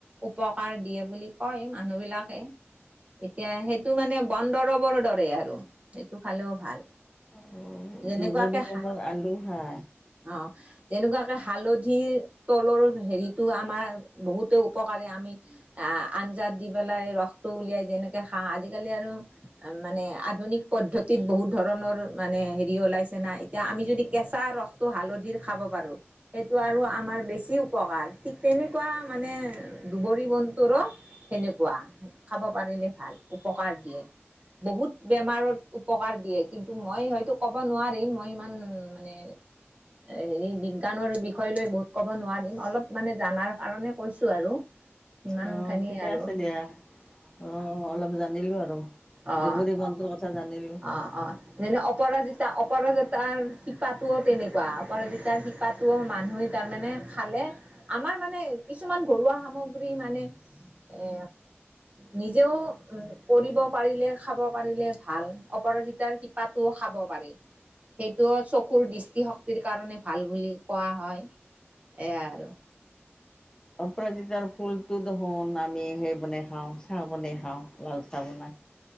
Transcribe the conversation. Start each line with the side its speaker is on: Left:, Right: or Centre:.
Right: উপকাৰ দিয়ে বুলি কয় মানুহ বিিলাকে, এতিয়া সেইটো মানে বন দৰৱৰ দৰে আৰু সেইটো খালেও ভাল।
Left: <unintelligible>
Right: যেনেকুৱাকে
Left: দুবৰি বজত
Right: হা
Left: আলু খা
Right: অ যেনেকুৱাকে হালধিৰ তলৰ হেৰিতটো আমাৰ বহুতে উপকাৰে আমি আহ-আঞ্জাত দি পেলাই ৰসটো উলিয়াই যেনেকে খাওঁ আজিকালি আৰু মানে আধুনিক পদ্ধতিত বহুত ধৰণৰ মানে হেৰি ওলাইছে না এতিয়া আমি যদি কেঁচা ৰসটো হালধিৰ খাব পাৰোঁ, সেইটো আৰু আমাৰ বেছি উপকাৰ ঠিক তেনেকুৱা মানে দবৰি বনটোুৰো সেনেকুৱ, খাব পাৰিলে ভাল উপকাৰ দিয়ে। বহুত বেমাৰৰ উপকাৰ দিয়ে কিন্তু মই হয়তো ক'ব নোৱাৰিম মই ইমান মানে- হেৰি-বিজ্ঞানৰ বিষয় লৈ বহুত ক'ব নোৱাৰিম অলপ মানে জানাৰ কাৰণে কৈছো আৰু সিমানখিনি
Left: অ ঠিকে
Right: আৰু
Left: আছে দিয়া, অ- অলপ জানিলোঁ আৰু
Right: অ <unintelligible>
Left: দুবৰি বনটোৰ কথা জানিলোঁ।
Right: অ-অ যেনে অপৰাজিতা অপৰাজা তাৰ শিপাটোও তেনেকুৱা অপৰাজিতাৰ শিপাটোও মানুহে তাৰ মানে খালে আমাৰ মানে কিছুমান ঘৰুৱা সামগ্ৰী মানে-এ -নিজেও- উ- কৰিব পাৰিলে খাব পাৰিলে ভাল অপৰাজিতাৰ শিপাটো খাব পাৰি, সেইটো চকুৰ দৃষ্টিশক্তিৰ কাৰণে ভাল বুলি কোৱা হয় এ আৰু।
Left: <unintelligible> ৰাজিতাৰ ফুলটো ধ-হন আমি সেই মানে খাওঁ চাহ বনাই খাওঁ লাল চাহ বনাই